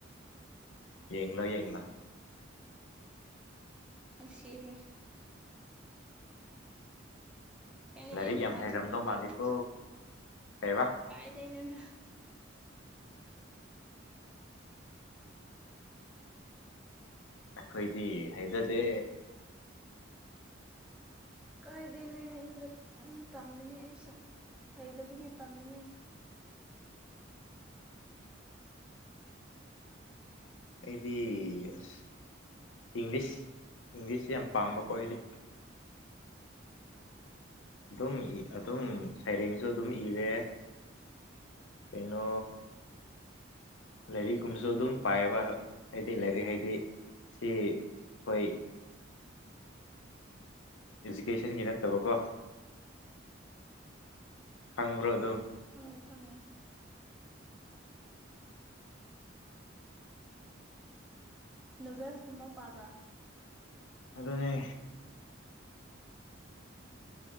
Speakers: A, on the left; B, in the centre.
A: ꯌꯦꯥ ꯌꯦꯥ
B: ꯅꯨꯡꯁꯤꯔꯥ ꯀꯩꯅꯣ
A: ꯂꯥꯏꯔꯤꯛ
B: ꯑꯩ ꯅꯍꯥꯟ
A: ꯌꯥꯝ ꯍꯩꯔꯝꯗꯧ
B: ꯊꯤꯄꯤꯑꯦꯠ ꯇꯧꯕꯗꯨꯁꯨ
A: ꯃꯥꯜꯂꯤꯀꯣ
B: ꯑꯁ
A: ꯀꯩꯕꯥ
B: ꯀꯥꯏꯗꯩꯅꯣꯗ
A: ꯑꯩꯈꯣꯏꯗꯤ ꯍꯥꯏꯖꯗꯦ
B: ꯀꯥꯏꯗꯩ ꯂꯥꯏꯔꯤꯛꯅꯣꯗ ꯑꯗꯨꯝ ꯇꯝꯃꯤꯅꯦ ꯑꯩꯁꯨ ꯍꯩꯇꯕꯒꯤ ꯇꯝꯃꯤꯅꯦ
A: ꯑꯩꯗꯤ ꯑꯁ ꯏꯪꯂꯤꯁ ꯏꯪꯂꯤꯁꯁ ꯌꯥꯝ ꯄꯥꯝꯕꯀꯣ ꯑꯩꯗꯤ ꯑꯗꯨꯝ ꯏ ꯑꯗꯨꯝ ꯁꯩꯔꯦꯡꯁꯨ ꯑꯗꯨꯝ ꯏꯔꯦ ꯄꯩꯅꯣ ꯂꯥꯏꯔꯤꯛꯀꯨꯝꯕꯁꯨ ꯑꯗꯨꯝ ꯄꯥꯏꯌꯦꯕ ꯍꯥꯏꯗꯤ ꯂꯥꯏꯔꯤꯛ
B: ꯑꯥ
A: ꯍꯥꯏꯗꯤ ꯁꯤ ꯑꯩꯈꯣꯏ ꯏꯖꯨꯀꯦꯁꯟꯒꯤ ꯅꯠꯇꯕꯀꯣ ꯈꯪꯕ꯭ꯔꯣ ꯑꯗꯨꯝ
B: ꯈꯪꯉꯦ ꯈꯪꯉꯦ ꯅꯨꯕꯦꯁꯀꯨꯝꯕ ꯄꯥꯕ꯭ꯔꯥ
A: ꯑꯗꯨꯅꯦ
B: ꯎꯝ <inaudible>